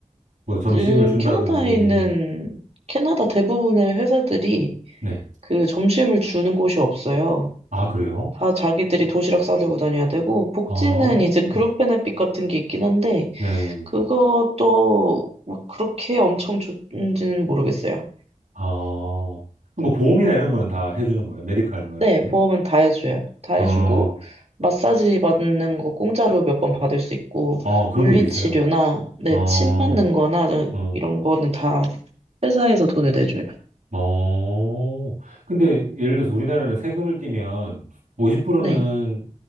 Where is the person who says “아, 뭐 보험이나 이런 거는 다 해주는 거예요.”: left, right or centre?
Right